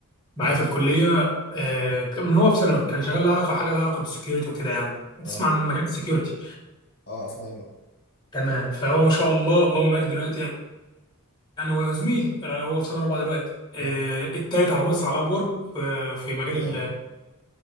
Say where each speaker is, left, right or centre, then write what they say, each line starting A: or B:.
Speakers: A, on the left; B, on the left.
A: معايا في الكليه آه، كان- من هو في ثانوي كان شغال لها علاقه حاجه لها علاقه بالسكيورتي وكده يعني
B: اه
A: تسمع عن مجال السكيورتي
B: اه اسمع له
A: تمام فهو ما شاء الله اللهم بارك دلوقتي يعني هو زميلي يعني هو في سنه رابعه دلوقتي آه،
B: اه
A: التالت على مصر على اب وورك في في مجال
B: ما شاء الله